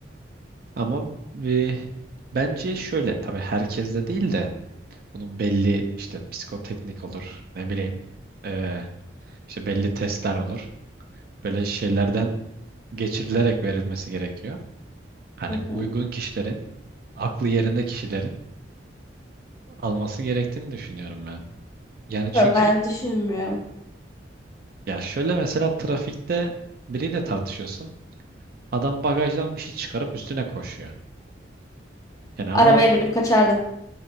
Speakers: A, on the right (about 50°); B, on the left (about 20°).
A: Ama e, bence şöyle tabii herkeste değil de bunun belli işte psikoteknik olur ne bileyim e, işte belli testler olur. Böyle şeylerden geçirilerek verilmesi gerekiyor. Hani
B: Hı
A: uygun
B: hı.
A: kişilerin, aklı yerinde kişilerin alması gerektiğini düşünüyorum ben. Yani çünkü
B: Yo, Ben düşünmüyorum.
A: ya şöyle mesela trafikte biriyle tartışıyorsun. Adam bagajdan bir şey çıkarıp üstüne koşuyor. Yani ama
B: Arabaya binip kaçardım.